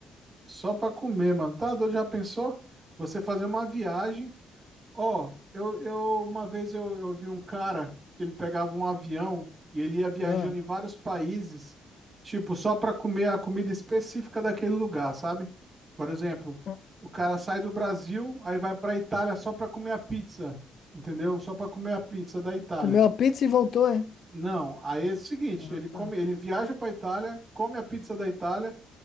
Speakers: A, on the right; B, on the left.
A: Só pra comer, mano. Tá doido? Já pensou? Você fazer uma viagem. Ó, eu, eu uma vez eu, eu vi um cara que ele pegava um avião e ele ia viajando
B: Ah,
A: em vários países, tipo, só para comer a comida específica daquele lugar, sabe? Por exemplo,
B: ah,
A: o cara sai do Brasil, aí vai para Itália só para comer a pizza, entendeu? Só para comer a pizza da Itália.
B: Comeu a pizza e voltou, é?
A: Não, aí é o seguinte,
B: Ah,
A: ele come,
B: tá.
A: ele viaja para Itália, come a pizza da Itália